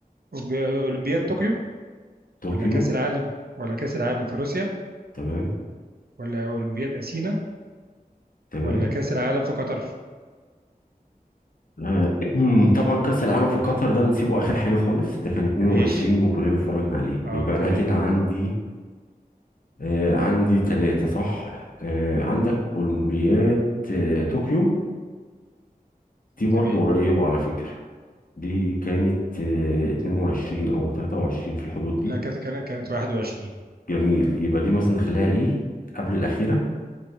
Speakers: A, on the right (about 80°); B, on the left (about 60°).
A: أولمبي- أولمبياد طوكيو
B: طوكيو
A: ولا كأس العالم ولا كأس العالم في روسيا
B: تمام
A: ولا أولمبياد أثينا
B: تمام
A: ولا كأس العالم في قطر
B: آه، <clears throat> طبعا كأس العالم في قطر ده نسيبه آخر حاجة خالص ده كان 22
A: ماشي
B: وكلنا اتفرجنا عليه
A: اه
B: يبقى
A: تمام
B: أنا كده عندي آه عندي ثلاثة صح آه عندك أولمبياد آه طوكيو دي برضو
A: تمام
B: قريبة على فكرة دي كانت آه 22 أو 23 في الحدود دي
A: لا كانت كانت كانت 21
B: جميل يبقى دي مثلا نخليها إيه قبل الأخيرة